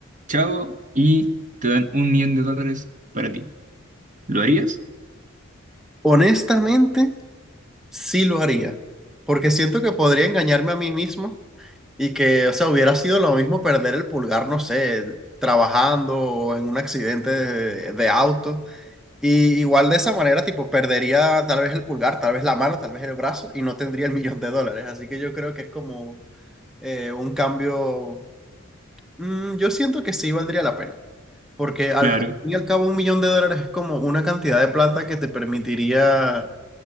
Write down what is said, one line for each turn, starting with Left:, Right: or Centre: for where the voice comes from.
Right: chao, y te dan un millón de dólares para ti. ¿Lo harías?
Centre: Honestamente... sí lo haría, porque siento que podría engañarme a mí mismo y que, o sea, hubiera sido lo mismo perder el pulgar, no sé, trabajando o en un accidente de, de auto. Y igual de esa manera, tipo, perdería tal vez el pulgar, tal vez la mano, tal vez el brazo y no tendría el millón de dólares. Así que yo creo que es como eh, un cambio, mm, yo siento que sí valdría la pena. Porque al
Right: Claro,
Centre: fin y al cabo un millón de dólares es como una cantidad de plata que te permitiría